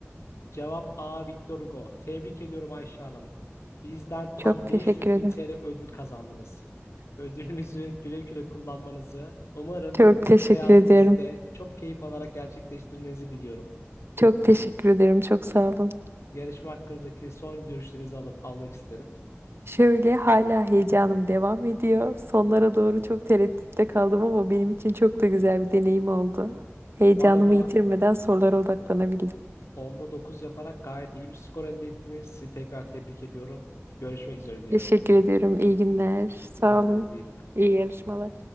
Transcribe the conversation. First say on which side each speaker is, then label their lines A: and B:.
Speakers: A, on the left (about 80°); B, on the right (about 55°).
A: Cevap A. Victor Hugo. Tebrik ediyorum Ayşe Hanım. Bizden tam
B: Çok teşekkür
A: 500
B: ederim.
A: bin TL ödül kazandınız. Ödülünüzü güle güle kullanmanızı, umarım
B: Çok
A: yurt dışı
B: teşekkür
A: seyahatinizi
B: ederim.
A: de çok keyif alarak gerçekleştirmenizi diliyorum.
B: Çok teşekkür ederim. Çok sağ olun.
A: Yarışma hakkınızdaki son görüşlerinizi alıp almak isterim.
B: Şöyle hala heyecanım devam ediyor. Sonlara doğru çok tereddütte kaldım ama benim için çok da güzel bir deneyim oldu. Heyecanımı
A: Bu arada
B: yitirmeden sorulara odaklanabildim.
A: 10'da 9 yaparak gayet iyi bir skor elde ettiniz. Sizi tekrar tebrik ediyorum. Görüşmek üzere diliyorum.
B: Teşekkür ediyorum. İyi günler. Sağ
A: Kendinize
B: olun.
A: iyi bakın.
B: İyi yarışmalar.